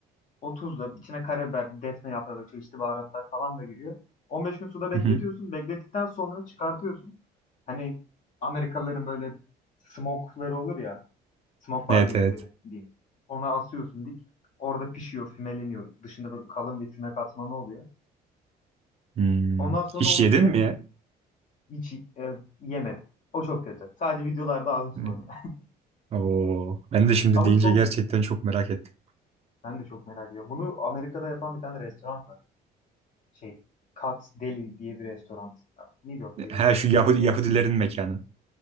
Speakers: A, on the left; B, on the right.
A: O tuzla içine karabiber, defne yaprağı, çeşitli baharatlar falan da giriyor. 15 gün suda bekletiyorsun.
B: hı hı.
A: Beklettikten sonra çıkartıyorsun. Hani Amerikalıların böyle smoke'ları olur ya. smoke barbeküleri
B: Evet evet.
A: diyeyim. Ona asıyorsun dik. Orada pişiyor, fümeleniyor. Dışında böyle kalın bir füme katmanı oluyor.
B: Hmm.
A: Ondan sonra
B: Hiç
A: onu
B: yedin
A: yine
B: mi ya?
A: hiç e, yemedim. O çok kötü. Sadece videolarda ağzım sulanıyor.
B: Hı. Oo. Ben de şimdi
A: <laughs> Ama
B: deyince
A: çok
B: gerçekten çok merak ettim.
A: ben de çok merak ediyorum. Bunu Amerika'da yapan bir tane restoran var. Şey Katz Deli diye bir restoran. New York'taydı
B: Her
A: ya.
B: şu
A: Tam
B: Yahudi,
A: hatırlayamadım.
B: Yahudilerin mekanı.